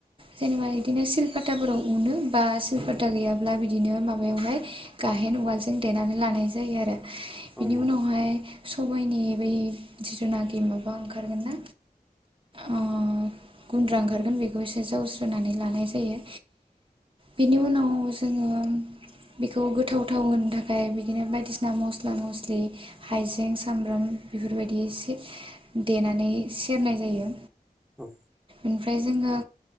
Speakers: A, on the right; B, in the centre.
A: जेनेबा बिदिनो सिलकाताफोराव उनो बा सिलपता गैयाब्ला बिदिनो माबायावहाय गाहेन उवालजों देनानै लानाय जायो आरो। बिनि
B: औ ओं
A: उनावहाय सबायनि बै जिथुनाखि माबा ओंखारगोन ना अ गुन्द्रा ओंखारगोन बे बेखौ एसे जावस्रनानै लानाय जायो। बेनि उनाव जोङो बेखौ गोथावथाव होनो थाखाय बिदिनो बायदिसिना मस्ला मस्लि हाइजें सामब्राम बेफोरबायदि इसे देनानै सेरनाय जायो।
B: औ
A: ओमफ्राय जोङो